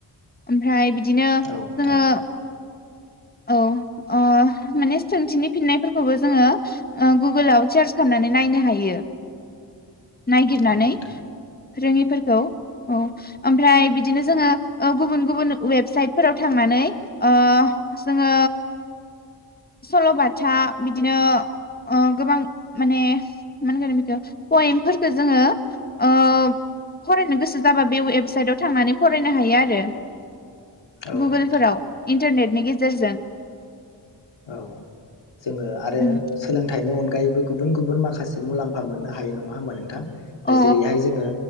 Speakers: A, on the left; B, on the left.
A: ओमफ्राय बिदिनो
B: औ नोंथां
A: जोङो औ ओ माने सोंथिनि फिन्नायफोरखौबो जोङो ओ गुगोलाव सार्च खालामनानै नाय नायनो हायो, नायगिरनानै
B: औ नोंथां
A: रोङिफोरखौ औ। ओमफ्राय बिदिनो जोङो ओ गुबुन गुबुन वेबसाइटफोराव थांनानै नै ओ जोङो सल'बाथा बिदिनो ओ गोबां माने मा होनगोन बिखौ पयेमफोरखौ जोङो ओ फरायनो गोसो जाबा बे वेबसाइटाव थांनानै फरायनो हायो आरो
B: औ
A: गुगोलफोराव
B: नोंथां
A: इन्टारनेटनि गेजेरजों।
B: औ जोङो आरो
A: उम
B: सोलोंथाइनि अनग गायैबो गुबुन गुबुन माखासे मुलाम्फा मोननो हायो नङा होमबा नोंथां
A: औ
B: जेरैहाय जोङो